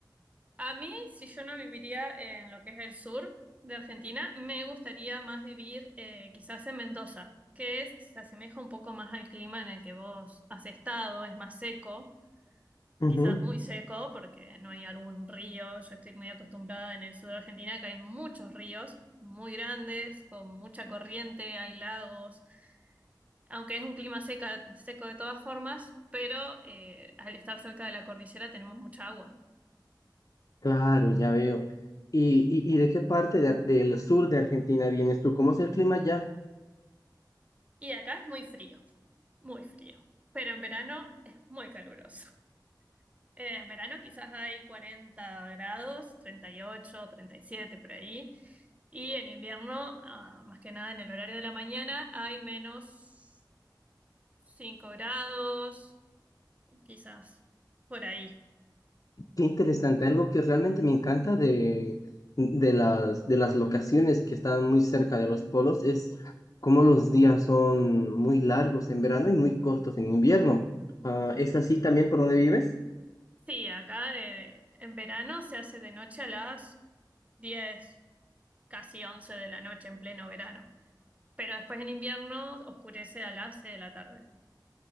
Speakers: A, on the right; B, on the left.
A: A mí, si yo no viviría en lo que es el sur de Argentina, me gustaría más vivir eh, quizás en Mendoza, que es- se asemeja un poco más al clima en el que vos has estado, es más seco,
B: Ujú,
A: quizás muy seco, porque no hay algún río. Yo estoy muy acostumbrada en el sur de Argentina, que hay muchos ríos muy grandes, con mucha corriente, hay lagos, aunque es un clima seca, seco de todas formas, pero eh, al estar cerca de la cordillera tenemos mucha agua.
B: Claro, ya veo. ¿Y, y, y de qué parte de Ar- del sur de Argentina vienes tú? ¿Cómo es el clima allá
A: Y acá es muy frío. muy frío, pero en verano es muy caluroso. Eh, en verano quizás hay 40 grados, treinta treinta y ocho, treinta y siete por ahí, y en invierno, ah, más que nada en el horario de la mañana, hay menos 5 grados, quizás por ahí.
B: Qué interesante, algo que realmente me encanta de, de las, de las locaciones que están muy cerca de los polos es cómo los días son muy largos en verano y muy cortos en invierno. Ah, ¿es así también por donde vives?
A: Sí, acá eh, en verano se hace de noche a las 10, casi 11 de la noche en pleno verano, pero después en invierno oscurece a las 6 de la tarde.